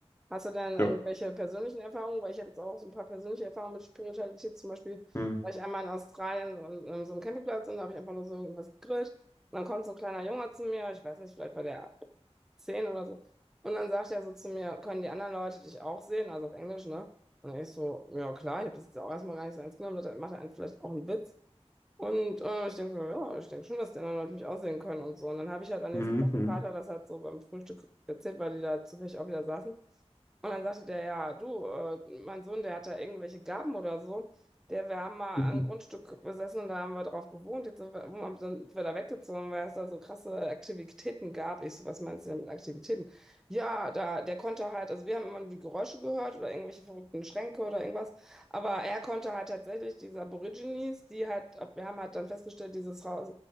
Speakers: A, in the centre; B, on the left.
A: Hast du denn
B: ja.
A: irgendwelche persönlichen Erfahrungen? Weil ich habe jetzt auch so ein paar persönliche Erfahrungen mit Spiritualität. Zum Beispiel
B: Hm,
A: war ich einmal in Australien so an, an so einem Campingplatz und da habe ich einfach nur so irgendwas gegrillt. Und dann kommt so ein kleiner Junge zu mir. Ich weiß nicht, vielleicht war der zehn oder so. Und dann sagt er so zu mir, können die anderen Leute dich auch sehen? Also auf Englisch, ne? Und ich so, ja klar, ich habe das jetzt auch erstmal gar nicht so ernst genommen. Da macht er einen vielleicht auch einen Witz. Und äh, ich denke so, ja, ich denke schon, dass die anderen Leute mich aussehen können und so. Und dann habe ich halt am nächsten
B: Mhm,
A: Tag dem
B: mhm.
A: Vater das halt so beim Frühstück erzählt, weil die da zufällig auch wieder saßen. Und dann sagte der, ja, du, äh, mein Sohn, der hat da irgendwelche Gaben oder so. Der, wir haben mal
B: <laughs>
A: ein Grundstück besessen und da haben wir drauf gewohnt. Jetzt sind wir, wo sind wir da weggezogen, weil es da so krasse Aktivitäten gab. Ich so, was meinst du denn mit Aktivitäten? Ja, da, der konnte halt, also wir haben immer nur die Geräusche gehört oder irgendwelche verrückten Schränke oder irgendwas. Aber er konnte halt tatsächlich diese Aborigines, die halt, wir haben halt dann festgestellt, dieses Haus